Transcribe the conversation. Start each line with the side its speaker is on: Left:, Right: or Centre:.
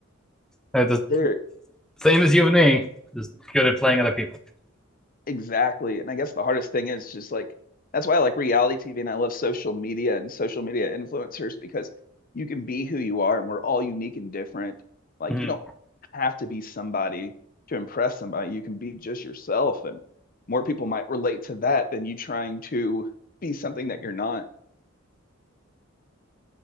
Centre: they're the
Left: they're
Centre: same as you and me, just good at playing other people.
Left: Exactly. And I guess the hardest thing is just like that's why I like reality TV and I love social media and social media influencers because you can be who you are and we're all unique and different. Like
Centre: Mm-hmm.
Left: you don't have to be somebody to impress somebody. You can be just yourself and more people might relate to that than you trying to be something that you're not.